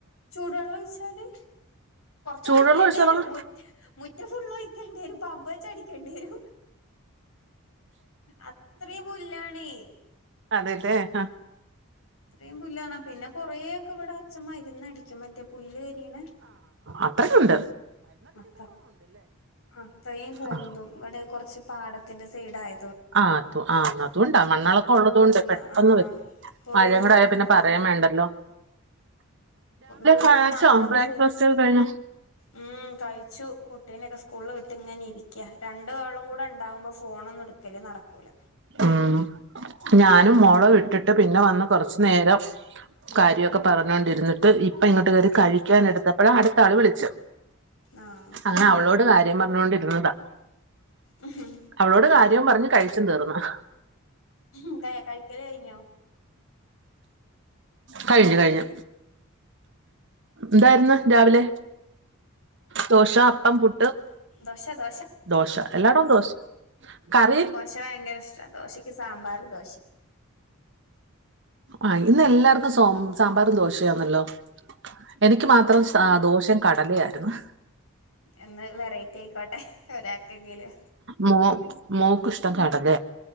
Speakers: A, on the left (about 75°); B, on the right (about 55°).
A: ചൂടുവെള്ളം ഒഴിച്ചാല് കൊറച്ച
B: ചൂടുവെള്ളം
A: ഒഴിക്കേണ്ടി
B: ഒഴിച്ച്
A: വരു
B: അതങ്ങ്
A: മുറ്റ ഫുള്ള് ഒഴിക്കേണ്ടി വരും പമ്പ് വെച്ച അടിക്കേണ്ടി വരും അത്രയും പുല്ലാണേ
B: അതെല്ലെ ആഹ്
A: ഇത്രയും പുല്ലാണ പിന്നെ കൊറേക്കെ ഇവിടെ അഛ മരുന്ന് അടിക്കും മറ്റേ പുല്ല് കരിണ
B: അത്രക്കുണ്ട്
A: <unintelligible> അഹ് അത്രയും പൊന്തും
B: ആ
A: ഇവിടെ കുറച്ച് പാടത്തിന്റെ സൈഡായ
B: ആഹ് തു ആഹ് അതുകൊണ്ടാ മണ്ണളക്കെ
A: എപ്പോഴും
B: ഉള്ളതോണ്ട്
A: ഒരു
B: പെട്ടെന്ന്
A: ന ആ
B: വരും
A: എപ്പോഴും
B: മഴയും
A: ഒരു നനഞ്ഞോണ്ട
B: കൂടെ ആയ പിന്നെ പറയാൻ വേണ്ട ലോ
A: വീടിന്റെ
B: കഴിച്ചോ
A: നാല്
B: ബ്രേക്ക്ഫാസ്റ്റ്
A: സൈഡും
B: ഒക്കെ കഴിഞ്ഞോ
A: ഉം കഴ യിച്ചു കുട്ടീനെക്കെ സ്കൂളിൽ വിട്ട് ഇങ്ങനെ ഇരിക്ക രണ്ടുകേളും കൂടെ ഉണ്ടാവുമ്പോ ഫോണ ഒന്നും എടുക്ക ക്കല് നടക്കൂല
B: ഉം ഞാനും മോളെ വിട്ടിട്ട് പിന്നെ വന്ന് കൊറച്ചു നേരം കാര്യക്കെ പറഞ്ഞോണ്ടിരുന്നിട്ട് ഇപ്പ ഇങ്ങോട്ട് കേറി കഴിക്കാൻ എടുത്തപ്പോഴ അടുത്ത ആള് വിളിച്ച
A: ആഹ്
B: ങ്ങനെ അവളോട് കാര്യം പറഞ്ഞോണ്ടിരുന്നതാ
A: ആഹ
B: അവളോട് കാര്യം പറഞ്ഞ് കഴിച്ചും തീർന്ന്‌
A: ന്തേ കയിക്കല് കയിഞ്ഞോ
B: കഴിഞ്ഞു കഴിഞ്ഞു ന്തായിരുന്നു രാവിലെ ദോശ അപ്പം പുട്ട്
A: ദോശ ദോശ
B: ദോശ എല്ലാടോ ദോശ കറി
A: ത് വയങ്കര ഇഷ്ട ദോശക്ക് സാമ്പാറ് ദോശ
B: ആഹ് ഇന്ന് എല്ലാർക്കും സോ സാമ്പാറും ദോശയാന്നല്ലോ എനിക്ക് മാത്രം സാ ദോശേ കടലായിരുന്നു
A: എന്ന് വെറൈറ്റി ആയിക്കോട്ടെ ഒരാക്കെങ്കിലു
B: മോ മോക്ക്ഷ്ടം കടല